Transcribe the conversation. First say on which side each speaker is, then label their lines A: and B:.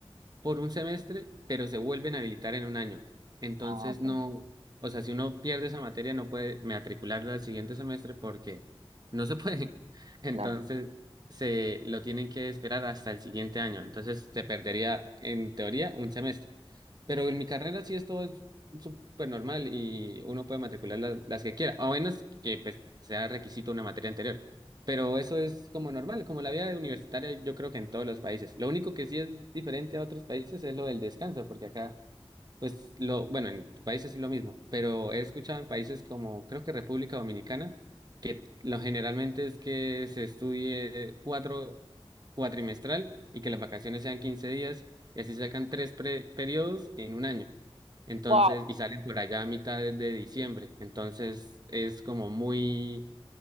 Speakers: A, on the right; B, on the right.
A: por un semestre, pero se vuelven a habilitar en un año. Entonces
B: Ah, ok,
A: no, o sea, si uno pierde esa materia no puede matricularla al siguiente semestre porque no se puede. <laughs> Entonces
B: claro.
A: se lo tienen que esperar hasta el siguiente año. Entonces se perdería en teoría un semestre. Pero en mi carrera sí esto es súper normal y uno puede matricular la- las, que quiera, a menos que pues, sea requisito una materia anterior. Pero eso es como normal, como la vida universitaria yo creo que en todos los países. Lo único que sí es diferente a otros países es lo del descanso, porque acá pues lo, bueno, en países es lo mismo, pero he escuchado en países como creo que República Dominicana, que lo generalmente es que se estudie cuatro cuatrimestral y que las vacaciones sean 15 días y así sacan tres pre- periodos en un año. Entonces,
B: Wow,
A: y salen por allá a mitad de, de diciembre. Entonces es como muy,